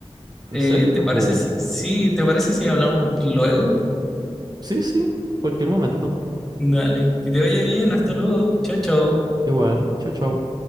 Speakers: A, on the right; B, in the centre.
A: ¿En
B: Eh,
A: serio?
B: ¿te parece
A: Oh,
B: si, sí, te parece si hablamos luego?
A: Sí, sí, cualquier momento.
B: Dale, que te vaya bien, hasta luego, chao, chao.
A: Igual, chau, chau.